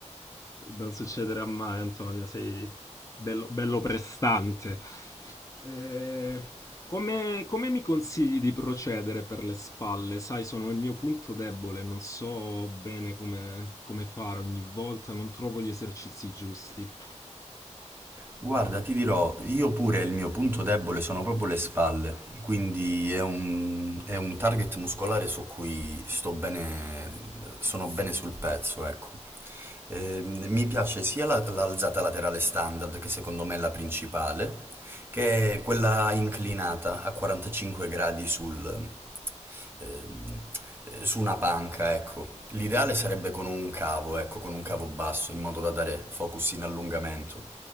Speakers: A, on the left; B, on the right.
A: Non succederà mai, Antonio, sei bello, bello prestante. Eh, come, come mi consigli di procedere per le spalle? Sai, sono il mio punto debole, non so bene come, come fare ogni volta, non trovo gli esercizi giusti.
B: Guarda, ti dirò, io pure il mio punto debole sono proprio le spalle, quindi è un, è un target muscolare su cui sto bene, sono bene sul pezzo, ecco. Ehm, mi piace sia la- l'alzata laterale standard, che secondo me è la principale, che quella inclinata a 45 gradi sul, ehm, eh, su una panca, ecco. L'ideale sarebbe con un cavo, ecco, con un cavo basso, in modo da dare focus in allungamento.